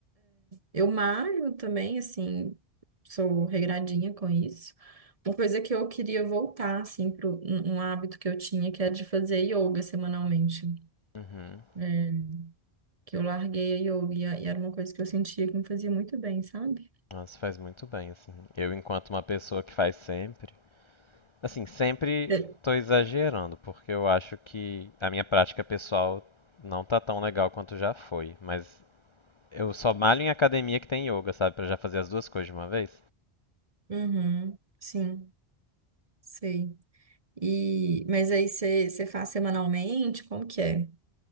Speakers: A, on the right; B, on the left.
A: eu malho também, assim, sou regradinha com isso. Uma coisa que eu queria voltar, assim, para um um hábito que eu tinha, que era de fazer yoga semanalmente.
B: Uhum.
A: É, que eu larguei a yoga e a- e era uma coisa que eu sentia que me fazia muito bem, sabe?
B: Nossa, faz muito bem, assim. Eu, enquanto uma pessoa que faz sempre. Assim, sempre
A: É,
B: tô exagerando, porque eu acho que a minha prática pessoal não tá tão legal quanto já foi. Mas eu só malho em academia que tem yoga, sabe? Pra já fazer as duas coisas de uma vez.
A: Uhum, sim, sei. E, mas aí você você faz semanalmente? Como que é?